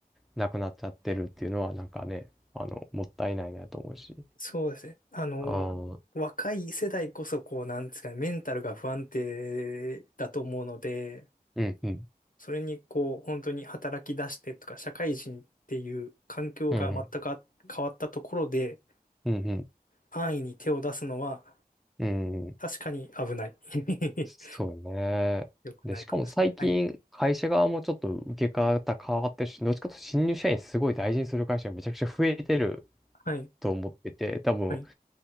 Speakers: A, in the centre; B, on the left.
A: なくなっちゃってるっていうのはなんかね、あの、もったいないなと思うし。
B: そうですね。あの、
A: ああ、う
B: 若い世代こそ、こう、なんですかね、メンタルが不安定だと思うので、
A: んうん、
B: それにこう、本当に働き出してとか、社会人っていう環境が全くあ変わったところで、
A: うんうん、うん、
B: 安易に手を出すのは、
A: うん、うん、
B: 確かに危ない。<laughs>
A: そうね。
B: 良くないかもしれない。
A: で、しかも最近、会社側もちょっと受け方変わってるし、どっちかというと新入社員すごい大事にする会社がめちゃくちゃ増えてる
B: はい。
A: と思ってて、多分、
B: はい。